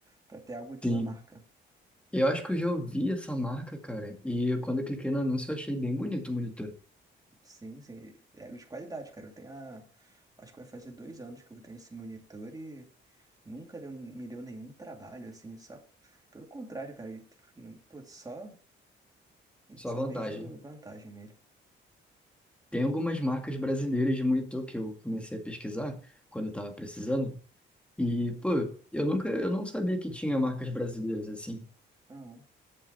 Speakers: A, on the right; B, in the centre.
A: pra ter algo de
B: Sim.
A: uma marca.
B: Eu acho que eu já ouvi essa marca, cara. E quando eu cliquei no anúncio, eu achei bem bonito o monitor.
A: Sim, sim, é algo de qualidade, cara. Eu tenho a. Acho que vai fazer dois anos que eu tenho esse monitor e nunca deu, me deu nenhum trabalho, assim, só. Pelo contrário, cara, e, tipo, não- pô, só,
B: Só
A: só
B: vantagem.
A: vejo vantagem nele.
B: Tem algumas marcas brasileiras de monitor que eu comecei a pesquisar quando eu tava precisando. E, pô, eu nunca, eu não sabia que tinha marcas brasileiras assim.
A: Aham.